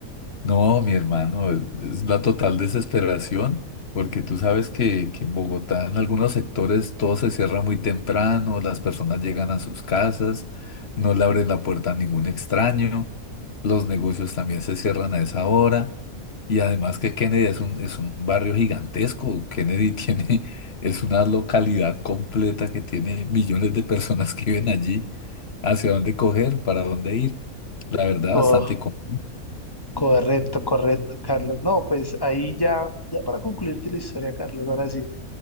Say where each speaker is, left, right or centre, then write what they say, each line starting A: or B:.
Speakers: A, on the left; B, on the left.
A: No, mi hermano, es la total desesperación, porque tú sabes que, que en Bogotá, en algunos sectores, todo se cierra muy temprano, las personas llegan a sus casas, no le abren la puerta a ningún extraño, los negocios también se cierran a esa hora, y además que Kennedy es un, es un barrio gigantesco, Kennedy tiene, <laughs> es una localidad completa que tiene millones de personas que viven allí, hacia dónde coger, para dónde ir, la verdad,
B: Oh,
A: bastante común.
B: correcto, correcto, Carlos. No, pues ahí ya, ya para concluirte la historia, Carlos, ahora sí.